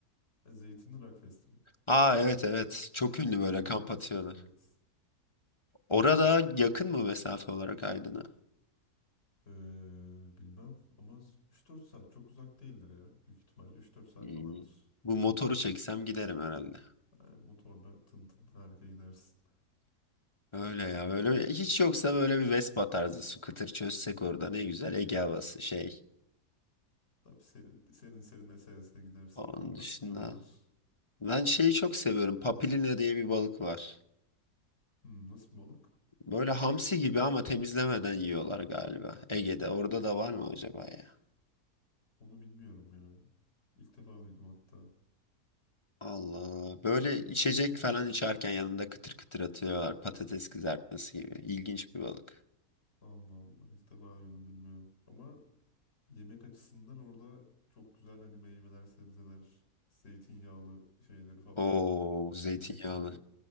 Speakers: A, on the left; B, on the left.
A: E, Zeytinli Rock Festivali.
B: Aa evet evet çok ünlü böyle
A: Doğru
B: kamp
A: Balıkesir'de
B: atıyorlar.
A: evet.
B: Orada yakın mı mesafe olarak Aydın'a?
A: Ee, bilmem ama s- 3-4 saat çok uzak değildir ya. Büyük ihtimalle üç dört saat
B: İyi.
A: falandır.
B: Bu motoru çeksem giderim herhalde.
A: Yani motorla tın tın harika gidersin.
B: Öyle ya böyle hiç yoksa böyle bir Vespa tarzı scooter çözsek orada ne güzel Ege havası şey.
A: Tabii serin serin, serin ese ese gidersin.
B: Onun
A: Çok tatlı
B: dışında
A: yollar.
B: Ben şeyi çok seviyorum. Papilina diye bir balık var.
A: Hmm, nasıl bir balık?
B: Böyle hamsi gibi ama temizlemeden yiyorlar galiba. Ege'de. Orada da var mı acaba ya?
A: Onu bilmiyorum ya. İlk defa duydum hatta.
B: Allah Allah. Böyle içecek falan içerken yanında kıtır kıtır atıyorlar. Patates kızartması gibi. İlginç bir balık.
A: Allah Allah ilk defa duydum bilmiyorum. Ama yemek açısından orada çok güzel hani meyveler, sebzeler, zeytinyağlı şeyleri falan
B: Oo, zeytinyağlı.
A: yemekleri